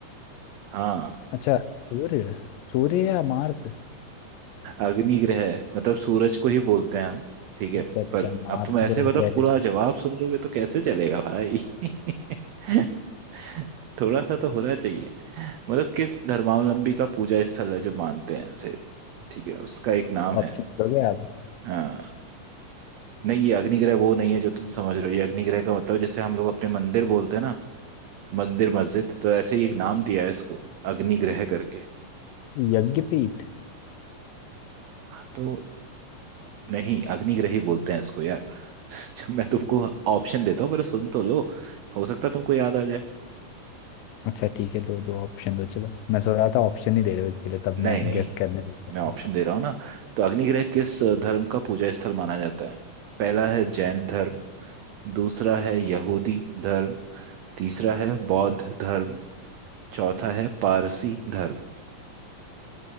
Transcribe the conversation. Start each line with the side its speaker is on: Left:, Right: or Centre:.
Right: हाँ
Left: अच्छा सूर्य सूर्य या मार्स
Right: अग्निग्रह मतलब सूरज को ही बोलते हैं हम ठीक है
Left: अच्छा अच्छा
Right: पर अब
Left: मार्स
Right: तुम ऐसे
Left: को
Right: बताओ
Left: रेड
Right: पूरा जवाब सुन लोगे तो कैसे चलेगा भाई <laughs> थोड़ा सा तो होना चाहिए मतलब किस धर्मावलंबी का पूजा स्थल है जो मानते हैं ऐसे ठीक है उसका एक नाम है
Left: ऑप्शन दोगे आप
Right: हाँ नहीं ये अग्निग्रह वो नहीं है जो तुम समझ रहे हो ये अग्निग्रह का मतलब जैसे हम लोग अपने मंदिर बोलते हैं ना मंदिर मस्जिद तो ऐसे ही एक नाम दिया है इसको अग्निग्रह करके
Left: यज्ञपीठ
Right: हाँ तो नहीं अग्निग्रह ही बोलते हैं इसको यार <laughs> जब मैं तुमको ऑप्शन देता हूँ पहले सुन तो लो हो सकता है तुमको याद आ जाए
Left: अच्छा ठीक है दो दो ऑप्शन दो चलो मैं सोच रहा था ऑप्शन ही दे रहे हो इसके लिए तब
Right: नहीं
Left: मैं
Right: नहीं
Left: <laughs> गेस करने लगता था।
Right: मैं ऑप्शन दे रहा हूँ ना तो अग्निग्रह किस धर्म का पूजा स्थल माना जाता है पहला है जैन धर्म दूसरा है यहूदी धर्म तीसरा है बौद्ध धर्म चौथा है पारसी धर्म